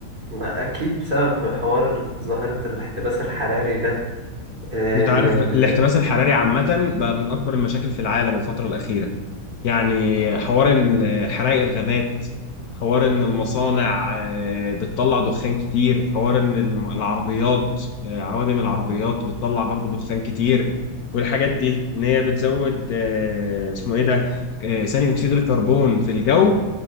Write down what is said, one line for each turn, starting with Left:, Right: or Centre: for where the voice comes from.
Right: ما اكيد بسبب حوار ظاهرة الاحتباس الحراري ده آه،
Left: انت
Right: ان
Left: عارف
Right: ال...
Left: بقى الاحتباس الحراري عامة بقى من اكبر المشاكل في العالم الفترة الأخيرة يعني حوار إن حرائق الغابات حوار ان المصانع آه، بتطلع دخان كتير حوار ان الم- العربيات آه، عوادم العربيات بتطلع برضو دخان كتير والحاجات دي ان هي بتزود آه، اسمه ايه ده آه، ثاني اكسيد الكربون في الجو